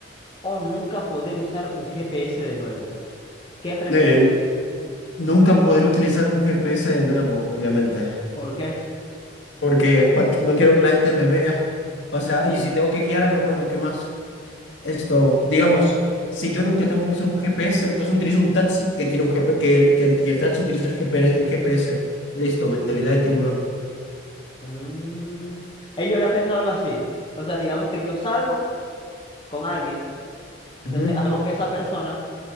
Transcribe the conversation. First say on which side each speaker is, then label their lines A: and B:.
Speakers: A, on the left (about 25°); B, on the left (about 75°).
A: o nunca poder usar un GPS de nuevo? ¿Qué preferirías?
B: Eh, nunca podré utilizar un GPS de nuevo, obviamente,
A: ¿Por qué?
B: porque pa' no quiero que la gente me vea. O sea, y si tengo que guiarme, bueno, ¿qué más? Esto, digamos, si yo nunca tengo que utilizar un GPS, entonces utilizo un taxi que tiene un GPS, que el, que el, que el taxi utiliza el GPS, el GPS. Listo, mentalidad de tiburón.
A: Mm, eh, yo había pensado algo así. O sea, digamos que yo salgo con alguien.
B: Ujú,
A: Entonces, algo que esa persona